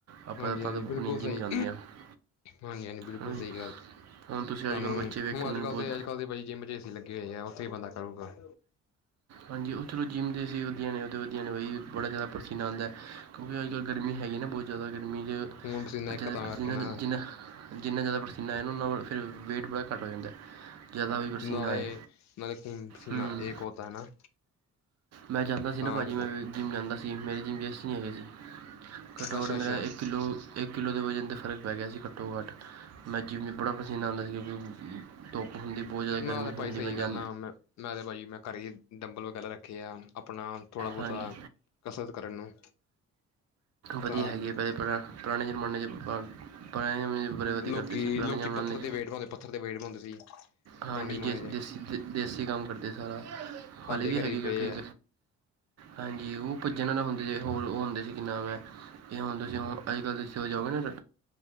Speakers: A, on the right; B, on the left.
A: ਆਪਾਂ
B: ਹਾਂਜੀ-
A: ਤਾਂ
B: ਹਾਂਜੀ
A: ਤਦ
B: ਬਿਲਕੁਲ
A: ਆਪਣੀ ਜਿੰਮ
B: ਸਹੀ।
A: ਜਾਂਦੇ ਹਾਂ ਹੈ
B: ਹਾਂਜੀ- ਹਾਂਜੀ ਬਿਲਕੁਲ
A: ਨਾ ਜੀ
B: ਸਹੀ ਗੱਲ
A: ਹੁਣ ਤੁਸੀਂ
B: ਸਾਨੂੰ
A: ਅੱਜ ਕੱਲ੍ਹ ਬੱਚੇ ਵੇਖੇ
B: ਹੁਣ ਅੱਜ
A: ਹੋਣੇ ਨੇ
B: ਕੱਲ
A: ਬਹੁਤ
B: ਤੇ ਅੱਜ ਕੱਲ ਦੇ ਬਾਈ ਜਿੰਮ ਚ ਲੱਗੇ ਹੋਏ ਹੈ ਉੱਥੇ ਹੀ ਬੰਦਾ ਸਾਨੂੰ ਕਰ।
A: ਹਾਂਜੀ ਉਹ ਚਲੋ ਜਿੰਮ ਦੇ ਏਸੀ ਵਧੀਆ ਨੇ ਉਹਦੇ ਵਧੀਆ ਨੇ ਬਾਈ ਬੜਾ ਜ਼ਿਆਦਾ ਪਸੀਨਾ ਆੰਦਾ ਐ। ਕਿਉਂਕਿ ਅੱਜ ਕੱਲ ਗਰਮੀ ਹੈਗੀ ਨਾ ਬੋਤ ਜ਼ਿਆਦਾ ਗਰਮੀ ਚ
B: ਖੂਨ ਪਸੀਨਾ
A: ਬੱਚਿਆਂ
B: ਇੱਕ ਤਾਂ
A: ਦਾ ਪਸੀਨਾ
B: ਕਰਕੇ ਨਾ
A: ਸੀਨਾ। ਜਿੰਨਾ ਜ਼ਿਆਦਾ ਪਸੀਨਾ ਆਏਗਾ ਉਨਾ ਫੇਰ ਵੇਟ ਬੜਾ ਘੱਟ ਹੋ ਜਾਂਦਾ। ਜ਼ਿਆਦਾ ਵੀ ਪਸੀਨਾ
B: ਨਾਲੇ-
A: ਆਏ
B: ਨਾਲੇ ਖੂਨ ਪਸੀਨਾ
A: ਹੂੰ
B: ਏਕ ਹੋਤਾ ਐ ਨਾ।
A: ਮੈਂ ਜਾਂਦਾ ਸੀ
B: ਤਾਂ
A: ਨਾ ਭਾਜੀ
B: ਕਰਕੇ
A: ਮੈਂ ਜਿੰਮ ਜਾਂਦਾ ਸੀ ਮੇਰੇ ਜਿੰਮ ਵਿੱਚ ਏਸੀ ਨਹੀਂ ਹੈਗੇ ਸੀ ਘੱਟੋ-
B: ਅੱਛਾ
A: ਘੱਟ
B: ਅੱਛਾ
A: ਮੇਰਾ ਇੱਕ ਕਿੱਲੋ ਇੱਕ ਕਿੱਲੋ ਦੇ ਵਜ਼ਨ ਤੇ ਫ਼ਰਕ ਪੈ ਗਿਆ ਸੀ ਘੱਟੋ ਘੱਟ। ਮੈਂ ਜਿਮ ਚ ਬੜਾ ਪਸੀਨਾ ਆਉਂਦਾ ਸੀ ਕਿਉਂਕਿ ਧੁੱਪ ਹੁੰਦੀ ਬੋਤ ਜ਼ਿਆਦਾ
B: ਮੈਂ
A: ਗਰਮੀ
B: ਤਾਂ
A: ਹੁੰਦੀ
B: ਭਾਈ ਸਹੀ
A: ਮੈਂ ਜਾਂ
B: ਗੱਲ ਆ ਮੈਂ ਮੈਂ ਤਾਂ ਭਾਜੀ ਮੈਂ ਘਰ ਹੀ ਡੰਬਲ ਵਗੈਰਾ ਰੱਖੇ ਆ ਆਪਣਾ ਥੋੜਾ ਬਹੁਤਾ
A: ਹਾਂਜੀ
B: ਕਸਰਤ ਕਰਨ ਨੂੰ।
A: ਵਧੀਆ
B: ਤਾਂ
A: ਹੈਗੀ
B: ਕਰਕੇ
A: ਹੈ ਪਹਿਲੇ ਪੁਰਾ ਪੁਰਾਣੇ ਜ਼ਮਾਨੇ ਚ ਪੁਰਾਣੇ ਜ਼ਮਾਨੇ- ਬਰੇਬਾਦੀ
B: ਲੋਕੀ-
A: ਕਰਦੇ ਸੀ ਪੁਰਾਣੇ
B: ਲੋਕੀ
A: ਜ਼ਮਾਨੇ
B: ਪੱਥਰ ਦੇ ਵੇਟ ਬਣਾਉਂਦੇ ਪੱਥਰ ਦੇ ਵੇਟ ਬਣਾਉਂਦੇ ਸੀ। ਪੁਰਾਣੇ
A: ਹਾਂਜੀ
B: ਜ਼ਮਾਨੇ
A: ਦੇ
B: 'ਚ
A: ਦੇਸੀ ਬ ਦੇ ਦੇਸੀ ਕੰਮ ਕਰਦੇ ਸਾਰਾ
B: ਸਾਡੇ
A: ਹਲੇ ਵੀ ਹੈਗੀ
B: ਘਰੇ ਪਏ
A: ਕਈ
B: ਆ
A: ਹਾਂਜੀ ਉਹ ਭੱਜਣ ਵਾਲੇ ਹੁੰਦੇ ਹੋਰ ਉਹ ਹੁੰਦੇ ਸੀ ਕਿ ਨਾਮ ਐ। ਤੇ ਹੁਣ ਤੁਸੀਂ ਹੋ ਅੱਜ ਕੱਲ <unintelligible> ਹੋ ਜਾਓਗੇ ਨਾ